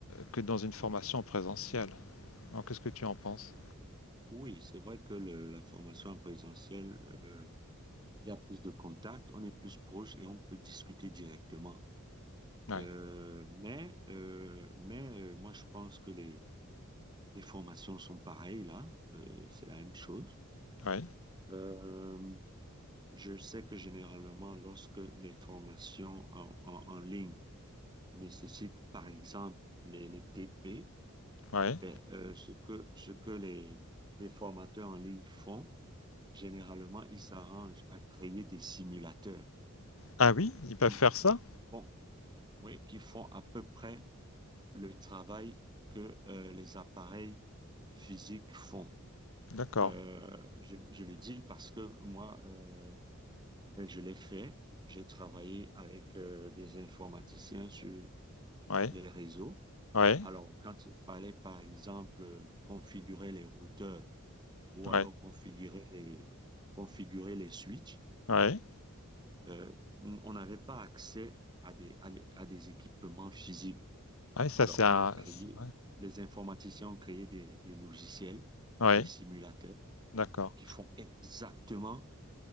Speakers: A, on the left (about 75°); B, on the right (about 20°).
A: que dans une formation présentielle. Alors qu'est-ce que tu en penses?
B: Oui, c'est vrai que le- la formation en présentiel, euh, il y a plus de contact, on est plus proche et on peut discuter directement.
A: Ouais,
B: Euh, mais euh, mais euh, moi, je pense que les, les formations sont pareilles là. Euh, c'est la même chose.
A: ouais,
B: Euh, je sais que généralement, lorsque les formations en, en- en ligne nécessitent, par exemple, les, les TP,
A: ouais.
B: ben, euh, ce que, ce que les, les formateurs en ligne font, généralement, ils s'arrangent à créer des simulateurs
A: Ah oui, ils peuvent
B: qui
A: faire ça?
B: font, oui, qui font à peu près le travail que euh, les appareils physiques font.
A: D'accord.
B: Euh, je, je le dis parce que moi, euh, je l'ai fait. J'ai travaillé avec euh, des informaticiens sur
A: Ouais,
B: les réseaux.
A: ouais,
B: Alors, quand il fallait, par exemple, euh, configurer les routeurs ou
A: ouais,
B: alors configurer les, configurer les switches,
A: ouais.
B: euh, on on n'avait pas accès à des, à des à des équipements physiques.
A: Ouais, ça
B: Alors,
A: c'est un...
B: on a créé,
A: Ouais,
B: les informaticiens ont créé des, des logiciels,
A: ouais,
B: des simulateurs
A: d'accord.
B: qui font exactement